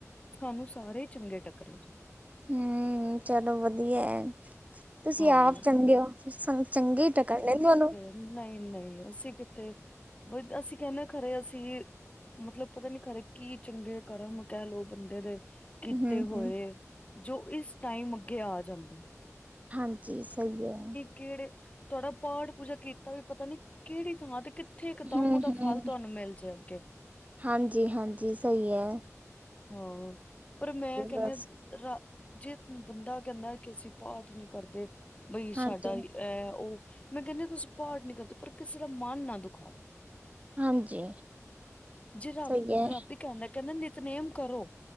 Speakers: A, on the left (about 25°); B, on the right (about 25°).
A: ਸਾਨੂੰ ਸਾਰੇ ਚੰਗੇ ਟਕਰੇ ਜੇ।
B: ਹੂੰ, ਚਲੋ ਵਧੀਆ ਐ ਤੁਸੀਂ
A: ਹਾਂ।
B: ਆਪ ਚੰਗੇ ਓ ਸੋ ਚੰਗੇ ਈ ਟਕਰਨੇਨ ਤੁਹਾਨੂੰ।
A: ਨਈ-ਨਈ, ਅਸੀਂ ਕਿੱਥੇ ਅਸੀਂ ਕਹਨੇ ਖਰੇ ਅਸੀਂ ਮਤਲਬ ਪਤਾ ਨੀ ਖਰੇ ਕੀ ਚੰਗੇ ਕਰਮ ਕੈ ਲਓ ਬੰਦੇ ਦੇ ਕੀਤੇ
B: ਹੂੰ
A: ਹੋਏ
B: ਹੂੰ
A: ਜੋ ਇਸ ਟਾਈਮ ਅੱਗੇ ਆ ਜਾਂਦੇਨ।
B: ਹਾਂਜੀ ਸਹੀ ਐ।
A: ਕਿਹੜੇ ਤੁਹਾਡਾ ਪਾਠ ਪੂਜਾ ਕੀਤਾ ਵੀ ਪਤਾ ਨੀ ਕਿਹੜੀ ਥਾਂ ਤੇ ਕਿ ਉੱਥੇ ਇੱਕ ਦਮ
B: ਹੂੰ
A: ਓਦਾ
B: ਹੂੰ
A: ਫਲ ਤੁਹਾਨੂੰ ਮਿਲ ਜੇ ਅਗੇ।
B: ਹਾਂਜੀ, ਹਾਂਜੀ ਸਹੀ ਐ।
A: ਹਾਂ, ਪਰ ਮੈਂ ਕਹਿੰਨੀ
B: ਬਸ
A: ਰਾ ਜੇ ਬੰਦਾ ਕਹਿੰਦਾ ਕਿ ਅਸੀਂ ਪਾਠ ਨੀ ਕਰਦੇ ਬਈ
B: ਹਾਂਜੀ।
A: ਸਾਡਾ ਐ ਓ ਮੈਂ ਕਹਿੰਦੀ ਤੁਸੀਂ ਪਾਠ ਨਹੀਂ ਕਰਦੇ ਪਰ ਕਿਸੇ ਦਾ ਮਨ ਨਾ ਦੁਖਾਓ।
B: ਹਾਂਜੀ
A: ਜੇ ਰੱਬ,
B: ਸਹੀ ਹੈ
A: ਰੱਬ ਇੱਕ ਕਹਿੰਦਾ, ਕਹਿੰਦਾ ਨਿਤਨੇਮ ਕਰੋ